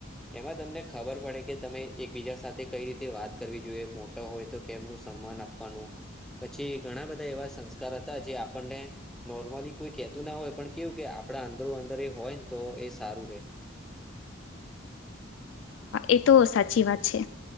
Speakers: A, in the centre; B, on the left (about 75°).
A: એમાં તમને ખબર પડે કે તમે એકબીજા સાથે કઈ રીતે વાત કરવી જોઈએ મોટા હોય તો કેમનું સન્માન આ વાનું પછી ઘણા બધા એવા સંસ્કાર હતા જે આપણને નોર્મલી કોઈ કેતું ના હોય પણ કેવું કે આપડા અંદરો અંદર એ હોય ને તો એ સારું રે
B: એ તો સાચી વાત છે,